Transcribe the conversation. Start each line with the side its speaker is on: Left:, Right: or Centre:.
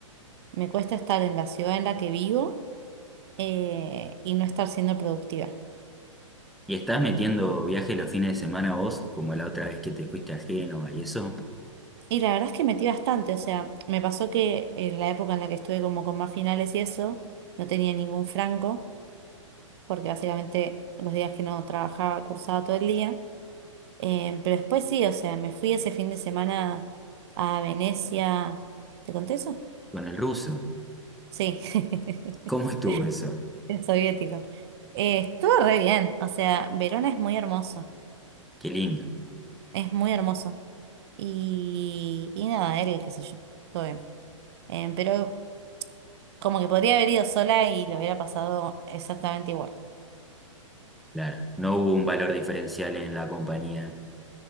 Right: me cuesta estar en la ciudad en la que vivo eh, y no estar siendo productiva.
Centre: ¿Y estás metiendo viajes los fines de semana vos, como la otra vez que te fuiste a Génova y eso,
Right: Y la verdad es que metí bastante, o sea, me pasó que en la época en la que estuve como con más finales y eso, no tenía ningún franco, porque básicamente los días que no trabajaba, cursaba todo el día. Em, pero después sí, o sea, me fui ese fin de semana a Venecia. ¿Te conté eso?
Centre: con el ruso?
Right: Sí, <laughs>
Centre: ¿Cómo estuvo eso?
Right: el soviético. Eh, estuvo re bien, o sea, Verona es muy hermoso,
Centre: Qué lindo.
Right: es muy hermoso. Y, y nada, él, qué sé yo, todo bien. Em, pero como que podría haber ido sola y lo hubiera pasado exactamente igual.
Centre: Claro, no hubo un valor diferencial en la compañía